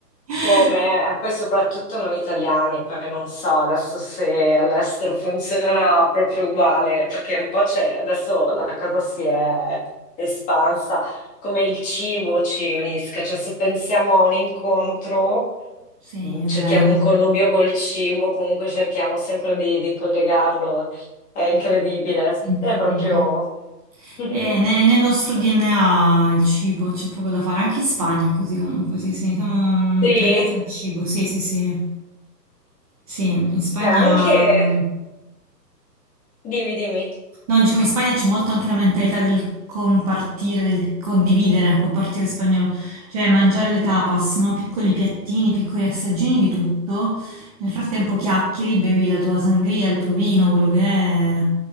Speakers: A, on the right (about 20°); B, on the left (about 15°).
A: <laughs>
B: Come, e poi soprattutto noi italiani, poi non so adesso se all'estero funziona proprio uguale, perché un po' c'è, adesso la cosa si è espansa, come il cibo ci unisca, cioè se pensiamo a un incontro,
A: Sì,
B: mh,
A: è
B: cerchiamo
A: vero,
B: un connubio col cibo, comunque cerchiamo sempre di, di collegarlo, è incredibile,
A: incredibile.
B: è proprio... <laughs>
A: E ne- nel nostro DNA il cibo c'è poco da fare, anche in Spagna è così comunque, sì, sì, siamo
B: Sì,
A: mm,
B: e
A: legati al cibo, sì, sì, sì. Sì, in Spagna
B: anche... Dimmi, dimmi.
A: No, diciamo in Spagna c'è molto anche la mentalità del compartire, del condividere, compartire spagnolo, cioè mangiare le tapas, no? Piccoli piattini, piccoli assaggini di tutto. Nel frattempo chiacchieri, bevi la tua sangria, il tuo vino, quello che è.